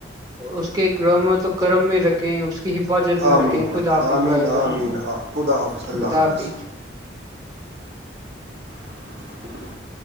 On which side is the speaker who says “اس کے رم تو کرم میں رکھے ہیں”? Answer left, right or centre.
Right